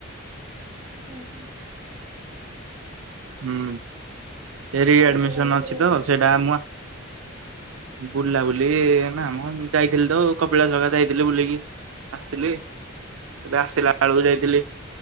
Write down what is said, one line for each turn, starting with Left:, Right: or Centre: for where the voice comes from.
Centre: ହୁଁ ହୁଁ।
Right: ହୁଁ,
Centre: ଆଉ
Right: ଏରି
Centre: କୁଆଡେ
Right: ଆଡମିସନ
Centre: ବୁଲାବୁଲି କରିବାକୁ
Right: ଅଛି ତ,
Centre: ଗଲୁ?
Right: ସେଇଟା ମୁ ବୁଲା ବୁଲି ନା ମ, ମୁଁ ଯାଇଥିଲି ତ, କପିଳାସ ହେଇକା ଯାଇଥିଲି ବୁଲିକି ଆସିଥିଲି। ଏବେ ଆସିଲା ବେଳକୁ ଯାଇଥିଲି,